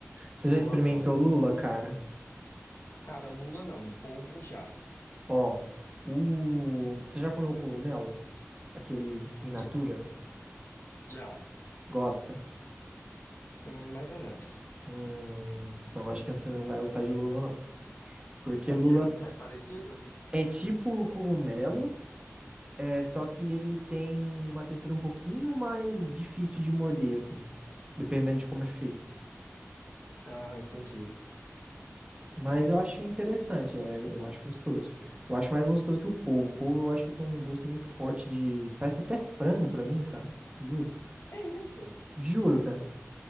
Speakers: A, on the right (about 20°); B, on the left (about 55°).
A: Você
B: Eu
A: já experimentou
B: adoro.
A: lula, cara?
B: Cara, lula não. Polvo já.
A: Ó, o... Você já comeu cogumelo? Aquele in natura?
B: Já. já.
A: Gosta?
B: Hum, Mais ou menos.
A: Hum... Não, acho que você não vai gostar de lula, não. Porque
B: É
A: lula
B: porque é, é parecido?
A: é tipo cogumelo, é só que ele tem uma textura um pouquinho mais difícil de morder, assim. Dependendo de como é feito.
B: Ah, entendi.
A: Mas
B: É.
A: eu acho interessante, é, eu acho gostoso. Eu acho mais gostoso que o polvo. O polvo eu acho que tem um gosto meio forte de. Parece até frango pra mim, cara. Juro.
B: É isso.
A: Juro, cara.